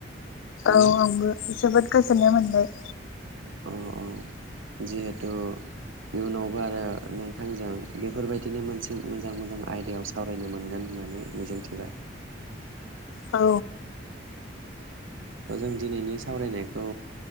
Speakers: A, on the right; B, on the left.
A: ना
B: औ आंबो जोबोद गोजोननाय मोनबाय।
A: अ औ जिहेथु इयुनावबो आरो नोंथांजों बेफोरबायदिनो मोनसे मोजां मोजां आयदायाव सावरायनो मोनगोन होननानै मिजिंथिबाय।
B: औ
A: जों दिनैनि सावरायनायखौ